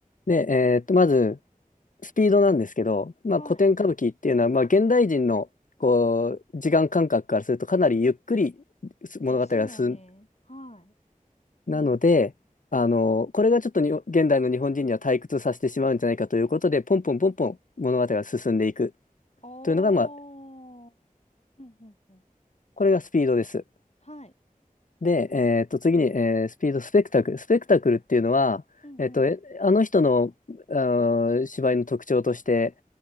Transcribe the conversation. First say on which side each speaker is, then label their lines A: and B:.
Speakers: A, on the left; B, on the left.
A: で、えっと、まず、スピードなんですけど、まあ、
B: はい。
A: 古典歌舞伎っていうのは、まあ、現代人の、こう、時間感覚からすると、かなりゆっくり物語が進
B: ですよね。はい。うん。
A: なので、あの、これがちょっとに現代の日本人には退屈させてしまうんじゃないかということで、ポンポンポンポン物語が進んでいく
B: おー。
A: というのが、まあ、
B: うんうんうん。
A: これがスピードです。
B: はい。
A: で、えーっと、次に、えースピードスペクタクル。スペクタクルっていうのは、
B: うん
A: えっと、えあの人の、あー芝居の特徴として、